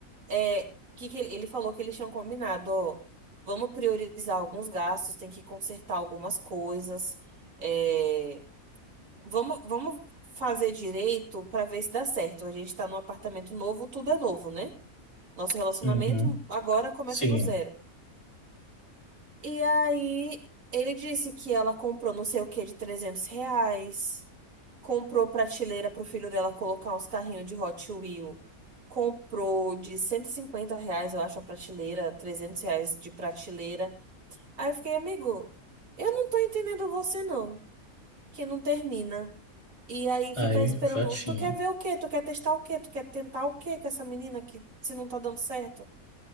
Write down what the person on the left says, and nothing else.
uhum.
Sim,
aí
eu já tinha.